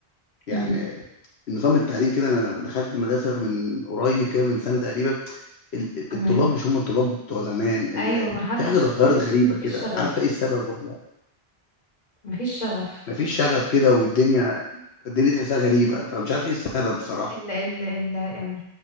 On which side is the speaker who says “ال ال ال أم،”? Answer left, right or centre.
Left